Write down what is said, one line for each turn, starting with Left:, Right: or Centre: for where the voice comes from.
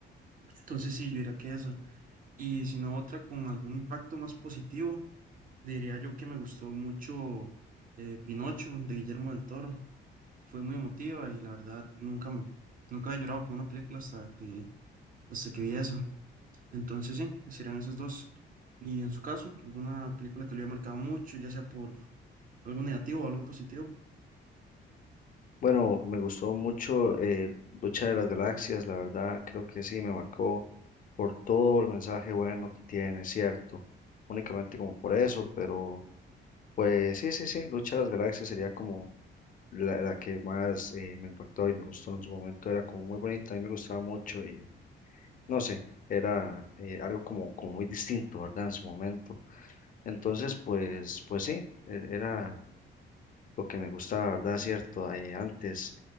Right: Entonces sí, yo diría que esa. Y si no otra con algún impacto más positivo, diría yo que me gustó mucho eh, Pinocho de Guillermo del Toro. Fue muy emotiva y la verdad nunca, me- nunca había llorado con una película hasta que hasta que vi eso. Entonces, sí, serían esas dos. Y en su caso, alguna película que le haya marcado mucho, ya sea por algo negativo o algo positivo.
Left: Bueno, me gustó mucho eh, Lucha de las Galaxias, la verdad, creo que sí, me marcó por todo el mensaje bueno que tiene, cierto, únicamente como por eso, pero pues sí, sí, sí, Lucha de las Galaxias sería como la, la que más eh, me impactó y me gustó en su momento, era como muy bonita, a mí me gustaba mucho y no sé, era eh, algo como, como muy distinto, ¿verdad? En su momento. Entonces, pues, pues sí, e- era lo que me gustaba, ¿verdad? Cierto, eh, antes